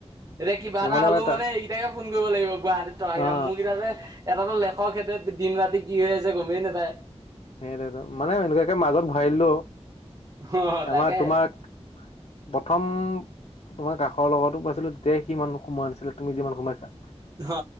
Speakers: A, on the right; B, on the left.
A: এতিয়া কিবা
B: ইমানে
A: এটা হ'লেও
B: তাৰ
A: মানে এইকেইটাকে ফোন কৰিব লাগিব গুৱাহাটীত থকাকেইটা
B: অ
A: মোৰকেইটা যে এটাতো লেখক সেইটোৱে দিন ৰাতি কি হৈ আছে গমেই নেপায়।
B: সেইটোৱে ত মানে এনেকুৱাকে মাজত ভৰাই দিলেও
A: অ তাকে
B: এমাহ তোমাৰ প্ৰথম তোমাৰ কাষৰ লগতো পাইছিলো তেতিয়া সিমান সোমোৱা নাছিলে তুমি যিমান সোমাইছা
A: হ